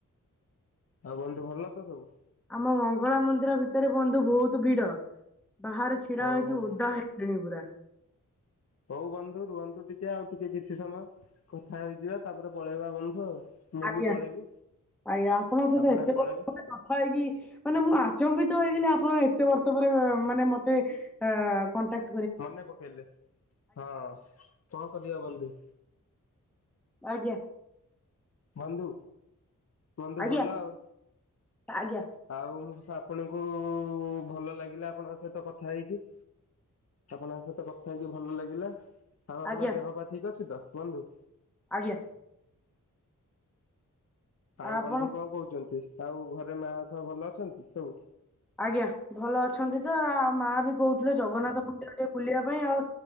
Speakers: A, on the left; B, in the centre.
A: ଆଉ ବନ୍ଧୁ ଭଲତ ସବୁ?
B: ଆମ ମଙ୍ଗଳା ମନ୍ଦିର ଭିତରେ ବନ୍ଧୁ ବହୁତ ଭିଡ ବାହାରେ ଛିଡା
A: ହଉ
B: ହେଇଛୁ
A: ହଉ
B: ଓଦା ହେଇ ଗଲିଣି ପୁରା।
A: ହଉ ବନ୍ଧୁ ରୁହନ୍ତୁ ଟିକେ ଆଉ ଟିକେ କିଛି ସମୟ କଥା ହେଇଯିବା ତାପରେ ପଳେଇବା ବନ୍ଧୁ ଆଉ। ମୁଁ
B: ଆଜ୍ଞା
A: ବି ପଳେଇବି
B: ଆଜ୍ଞା ଆପଣଙ୍କ ସହିତ
A: ଆପଣ
B: ଏତେ
A: ବି
B: <inaudible>
A: ପଳେଇବେ
B: କଥା ହେଇକି ମାନେ ମୁଁ ଆଚମ୍ବିତ ହେଇଗଲି ଆପଣ ଏତେ ବର୍ଷ ପରେ ମାନେ ମତେ। ଆ କଣ୍ଟାକ
A: ମନେ ପକେଇଲେ ହଁ କଣ କରିବା ବନ୍ଧୁ।
B: ଆଜ୍ଞା।
A: ବନ୍ଧୁ ବନ୍ଧୁ
B: ଆଜ୍ଞା
A: ଭଲ ଆଉ।
B: ଆଜ୍ଞା
A: ଆଉ ଆପଣଙ୍କୁ ଭଲ ଲାଗିଲା ଆପଣଙ୍କ ସହିତ କଥା ହେଇକି। ଆପଣଙ୍କ ସହିତ କଥା ହେଇକି ଭଲ ଲାଗିଲା ଆଉ ଆପଣଙ୍କ
B: ଆଜ୍ଞା
A: ଦେହ ପା ଠିକ୍ ଅଛି ତ ବନ୍ଧୁ?
B: ଆଜ୍ଞା।
A: ଆଉ
B: ଆପଣ
A: ବନ୍ଧୁ କଣ କହୁଛନ୍ତି ଆଉ ଘରେ ମା ବାପା ଭଲ ଅଛନ୍ତି ସବୁ?
B: ଆଜ୍ଞା ଭଲ ଅଛନ୍ତି ତ ଆ ମା ବି କହୁଥିଲେ ଜଗନ୍ନାଥ ମନ୍ଦିର ଟିକେ ବୁଲିବା ପାଇଁ ଆଉ।